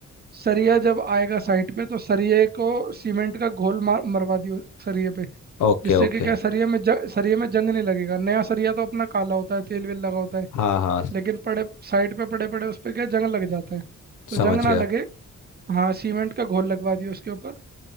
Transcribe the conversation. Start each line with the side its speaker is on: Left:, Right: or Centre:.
Right: सरिया जब आएगा साइट पे तो सरिये को सीमेंट का घोल मार मरवा दियो सरिये पे
Left: ओके
Right: जिससे
Left: ओके
Right: कि क्या सरिया में जंग सरिया में जंग नहीं लगेगा नया सरिया तो अपना काला होता है तेल वेल लगा होता है
Left: हाँ हाँ
Right: लेकिन पड़े साइड पे पड़े पड़े उस पे क्या जंग लग जाता है तो
Left: समझ
Right: जंग ना
Left: गया
Right: लगे हाँ सीमेंट का घोल लगवा दिया उसके ऊपर